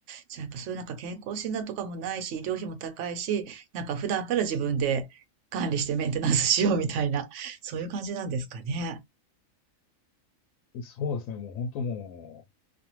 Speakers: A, on the right; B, on the left.
A: じゃあやっぱそういうなんか健康診断とかもないし、医療費も高いし、なんか普段から自分で管理してメンテナンスしようみたいな、そういう感じなんですかね。
B: そうですね。もう本当も